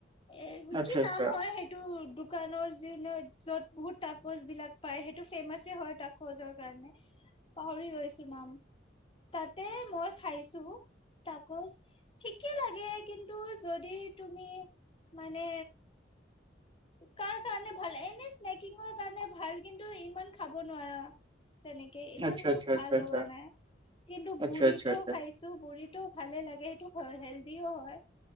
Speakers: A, on the left; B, on the right.
A: এ
B: আচ্ছা
A: কি নাম
B: আচ্ছা
A: হয় সেইটো দোকানৰ য য'ত বহুত তাকচ বিলাক পায় সেইটো ফেমাছে হয় তাকচৰ কাৰণে পাহ লৈছো নাম তাতে মই খাইছো ত গছ ঠিকে লাগে কিন্তু যদি তুমি মানে কাৰ কাৰণে ভাল এনে স্নেকিঙৰ কাৰণে ভাল কিন্তু ইমান খাব নোৱাৰা। তেনেকে ইমান
B: আচ্ছা
A: মোক
B: আচ্ছা
A: ভাল
B: আচ্ছা আচ্ছা
A: লগা নাই কিন্তু
B: আচ্ছা
A: বুঢ়িটো
B: আচ্ছা আচ্ছা।
A: খাইছো বুঢ়ীতো লাগে সেইটো হেলদিও হয়।